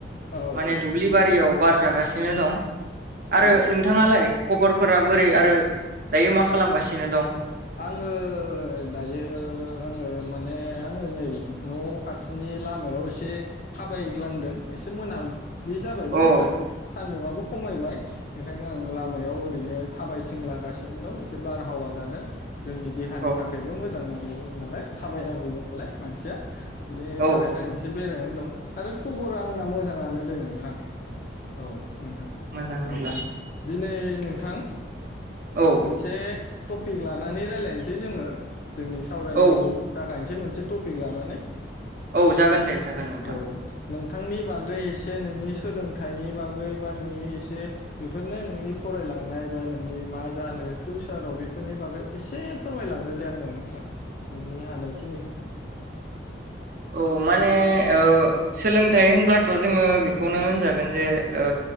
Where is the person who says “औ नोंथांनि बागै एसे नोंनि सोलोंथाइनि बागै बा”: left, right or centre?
Left